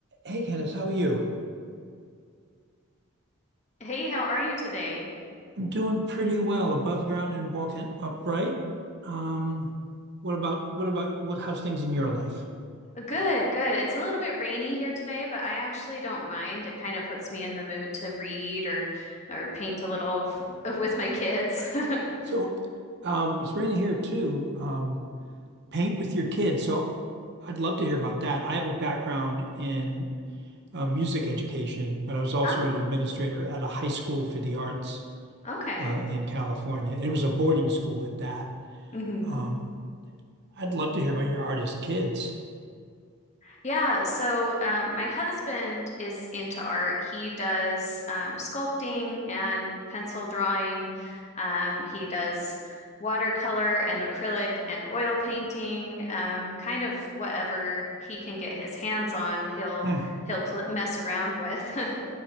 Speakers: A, on the right; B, on the left.
A: Hey Candace, how are you?
B: Hey, how are you today?
A: I'm doing pretty well above ground and walking upright. Um, what about what about what how's things in your life?
B: <laughs> Good, good. It's a little bit rainy here today, but I actually don't mind. It kind of puts me in the mood to read or or paint a little <laughs> f- with my kids. <laughs>
A: So, um, it's raining here too. Um, paint with your kids. So, I'd love to hear about that. I have a background in uh, music education, but I was also
B: Oh,
A: an administrator at a high school for the arts
B: okay.
A: uh, in California, and it was a boarding school at that.
B: Mhm.
A: Um, I'd love to hear about your artist kids.
B: Yeah, so um, my husband is into art. He does um, sculpting and pencil drawing. Um, he does watercolor and acrylic and oil painting, um, kind of whatever he can get his hands on, he'll
A: Hmm.
B: he'll pl mess around with. <laughs>